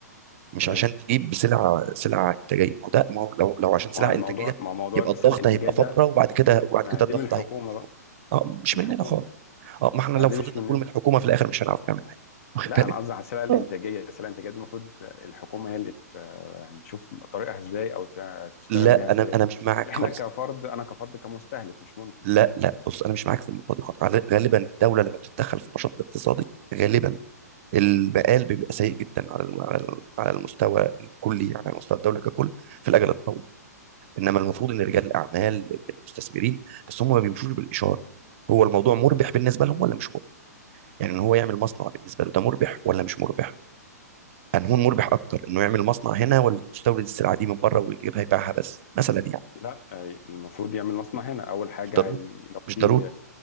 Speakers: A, on the right (about 50°); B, on the left (about 55°).
A: مش
B: تمام
A: عشان تجيب سلعه سلعه انتاجيه ما هو ده ما هو لو لو عشان سلعه
B: مع الموضوع
A: انتاجيه
B: مع موضوع
A: يبقى
B: السلع
A: الضغط
B: الانتاجيه
A: هيبقى فتره
B: ده
A: وبعد كده وبعد
B: ما
A: كده
B: دي
A: الضغط
B: من الحكومه
A: هيبقى مش
B: بقى
A: موجود. اه مش
B: الحكومه
A: مننا خالص اه ما احنا
B: لا
A: لو
B: دي
A: فضلنا
B: مش مننا
A: نقول من الحكومه في الاخر مش هنعرف نعمل حاجه واخد
B: لا
A: بالك
B: انا قصدي على السلع الانتاجيه
A: آه.
B: السلع الانتاجيه دي المفروض الحكومه هي اللي ت- يعني تشوف طريقها ازاي او ت- تشتغل
A: لا
B: بيها ازاي
A: انا انا مش معاك
B: احنا
A: خالص
B: كفرد انا كفرد كمستهلك مش منتج
A: لا
B: يعني.
A: لا بص انا مش معاك في النقطه دي خالص غال- غالبا الدوله لما بتتدخل في النشاط الاقتصادي غالبا المقال بيبقى سيء جدا على الم- على الم- على المستوى الكلي يعني على مستوى الدوله ككل في الاجل الطويل انما المفروض ان رجال الاعمال إن المستثمرين بس هم ما بيمشوش بالاشاره هو الموضوع مربح بالنسبه لهم ولا مش مربح يعني ان هو يعمل مصنع بالنسبه له ده مربح ولا مش مربح انهون مربح اكتر انه يعمل مصنع هنا ولا يستورد السلعه دي من بره ويجيبها يبيعها بس مثلا يعني
B: لا آه، المفروض يعمل مصنع هنا اول حاجه
A: مش ضروري
B: هي لو في
A: مش ضروري